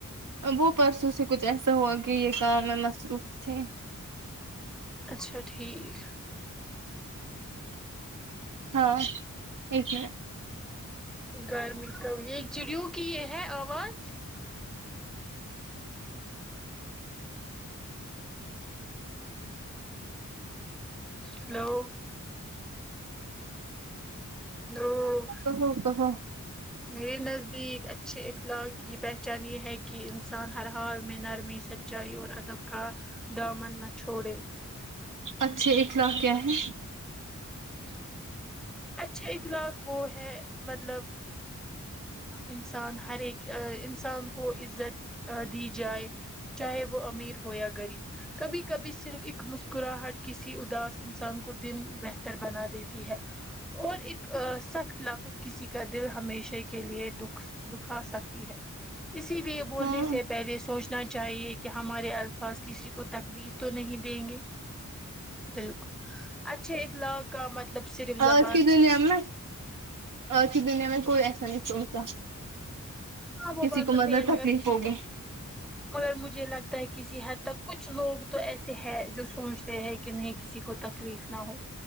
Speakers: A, on the right; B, in the centre.
A: وہ پرسوں سے کچھ ایسا ہوا کہ یہ کام میں مصروف تھے
B: اچھا ٹھیک
A: ہاں ایک منٹ
B: گرمی کا یہ چڑیو کی یہ ہے آواز ہیلو ہیلو
A: ہلو ہلو
B: میرے نزدیک اچھے اخلاق کی پہچان یہ ہے کہ انسان ہر حال میں نرمی سچائی اور ادب کا دامن نہ چھوڑے
A: اچھے اخلاق کیا ہے
B: اہ اچھے اخلاق وہ ہے مطلب انسان ہر ایک انسان کو عزت دی جائے چاہے وہ امیر ہو یا غریب کبھی کبھی صرف ایک مسکراہٹ کسی اداس انسان کو دن بہتر بنا دیتی ہے اور ایک سخت لفظ کسی کا دل ہمیشہ کے لیے دکھ دکھا سکتی ہے اسی لیے بولنے
A: ہاں
B: سے پہلے سوچ نا چاہیے کہ ہمارے الفاظ کسی کو تکلیف تو نہیں دیں گے بالکل اچھا اخلاق کا مطلب صرف
A: آج
B: زب
A: کی دنیا میں آ ج کی دنیا میں کوئی ایسا نہیں سونچنتا
B: ہاں وہ
A: کسی
B: بات
A: کو
B: تو
A: مطلب
B: صحیح ہے مگر
A: تکلیف ہوگی
B: مگر مجھے لگتا ہے کسی حد تک کچھ لوگ تو ایسے ہے جو سوچتے ہیں کہ نہیں کسی کو تکلیف نہ ہو